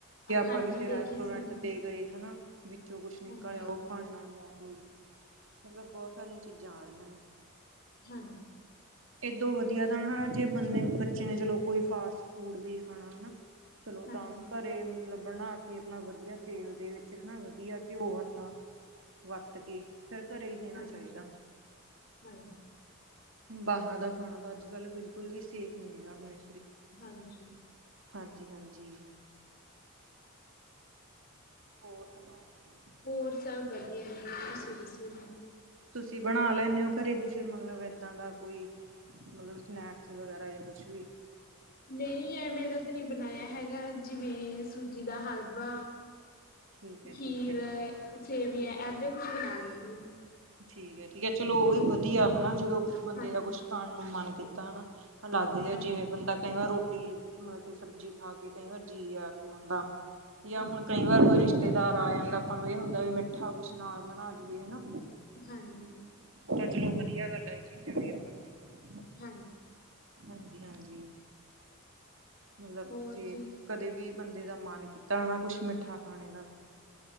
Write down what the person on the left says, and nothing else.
ਹਾਂਜੀ
ਦੇਖੀ ਸੀ ਮੈਂ।
ਹਾਂਜੀ
ਹਾਂਜੀ
ਹਾਂਜੀ
ਹਾਂਜੀ
ਹਾਂਜੀ
ਹਾਂਜੀ।
ਹੋਰ ਸਭ ਵਧੀਆ ਜੀ, ਤੁਸੀਂ ਦੱਸੋ ਜੀ,
ਨਹੀਂ ਐਵੇਂ ਦਾ ਤਾਂ ਨਹੀਂ ਬਣਾਇਆ। ਹੈਗਾ। ਜਿਵੇਂ ਸੂਜੀ ਦਾ ਹਲਵਾ
ਖੀਰ,
ੇ ਵੀ ਇਹ ਜਿਹਾ ਕੁਛ ਬਣਾ ਲੈਂਦੇ ਹੋ।
ਹਾਂ
ਹਾਂਜੀ
ਹਾਂਜੀ
ਹਾਂਜੀ
ਹਾਂਜੀ
ਹੋਰ
ਜੀ